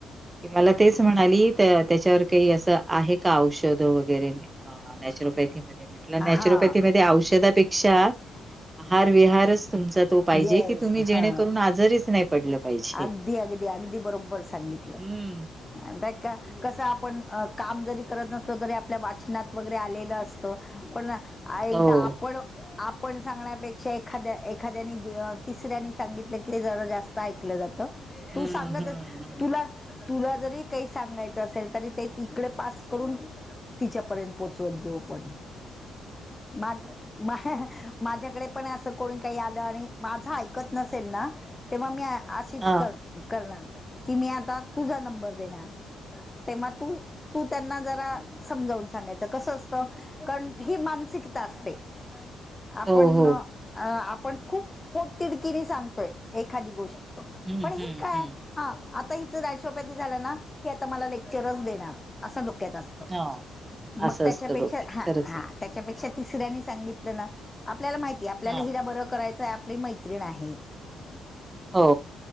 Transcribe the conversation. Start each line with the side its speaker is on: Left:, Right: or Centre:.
Right: ती मला तेच म्हणाली तर त्याच्यावर काही असं. आहे का औषध वगैरे नॅचरोपॅथी मध्ये. म्हटलं
Left: हा
Right: नॅचरोपॅथी मध्ये औषधापेक्षा, आहार विहारच तुमचा तो पाहिजे
Left: येस
Right: की, तुम्ही जेणेकरून
Left: हा.
Right: आजारीच नाही पडलं. पाहिजे.
Left: अगदी अगदी अगदी बरोबर सांगितलं
Right: हं.
Left: बरं का. कसं आपण काम जरी करत नसतो तरी आपल्या वाचनात वगैरे आलेलं असतं. पण एकदा
Right: हो.
Left: आपण आपण सांगण्यापेक्षा एखाद्या. एखाद्यानी तिसऱ्यांनी सांगितलं की ते जरा जास्त ऐकलं जात.
Right: हं,
Left: तू सांगत
Right: हं, हं.
Left: तुला. तुला जरी काही सांगायचं असेल तरी ते तिकडे पास करून. तिच्यापर्यंत पोचवत जाऊ आपण. माझ्याकडे पण असं कोणी. काई आलं. आणि माझं ऐकत नसेल ना तेव्हा मी अशीच
Right: हां, हां, हां.
Left: कर. करणार नाय की मी आता तुझा नंबर देणार. तेव्हा तू, तू त्यांना जरा. समजावून सांगायचं कस असतं कारण ही मानसिकता असते. आपण,
Right: हो, हो.
Left: आपण खूप पोटतिडकीनी सांगतोय एखादी गोष्ट.
Right: हं,
Left: पण ही
Right: हं,
Left: काय.
Right: हं.
Left: हा आता हिचं नॅचरोओपॅथी झालं ना, ही आता मला लेक्चरच देणार असं डोक्यात असतं.
Right: हां,
Left: मग
Right: असं
Left: त्याच्यापेक्षा
Right: असतं डोक्यात.
Left: हा
Right: खरंच
Left: हा
Right: आहे.
Left: त्याच्यापेक्षा तिसऱ्यांनी सांगितलं ना, आपल्याला माहिती आपल्याला
Right: हां.
Left: हिरा बरं करायचंय. आपली मैत्रीण आहे.
Right: हो.